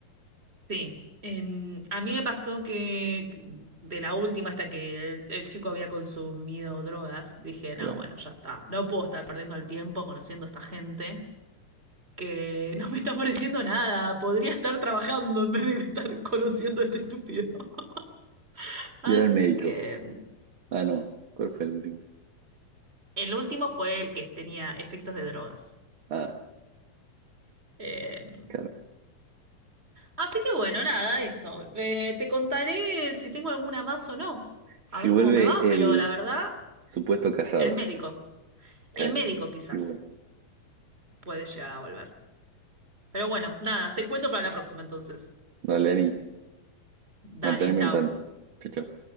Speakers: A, on the right; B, on the right.
A: Sí. Em, a mí me pasó que de la última hasta que el, el chico había consumido drogas, dije,
B: claro.
A: no, bueno, ya está. No puedo estar perdiendo el tiempo conociendo a esta gente que <laughs> no me está ofreciendo nada. Podría estar trabajando en vez de estar conociendo a este estúpido. <laughs> Así
B: Y era el médico.
A: que... em,
B: Ah, no. ¿Cuál fue el último?
A: El último fue el que tenía efectos de drogas.
B: Ah,
A: Eh,
B: claro.
A: Así que bueno, nada, eso. Eh, te contaré si tengo alguna más o no.
B: Si
A: A ver
B: vuelve
A: cómo me va,
B: el
A: pero la verdad,
B: supuesto casado.
A: el médico. El
B: Claro.
A: médico
B: Si
A: quizás
B: vuelve.
A: puede llegar a volver. Pero bueno, nada, te cuento para la próxima entonces.
B: Dale, Ani.
A: Dale,
B: Manteneme
A: chao.
B: al tanto. Chao, chao.